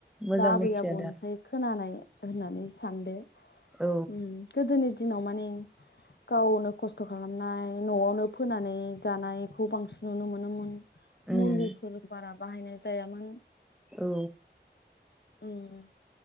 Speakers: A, in the centre; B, on the left.
A: मोजां
B: बा आबै
A: मिथिया
B: आबौनिफ्राय
A: दा
B: खोनानाय होननानै सानदो।
A: औ
B: उम गोदोनि दिनाव माने गावनो खस्थ खालामनाय नआवनो फोनानै जानाय खौ बांसिन नुनो मोनोमोन
A: उम
B: मुलिफोर बारा बाहायनाय जायामोन
A: औ
B: ओम।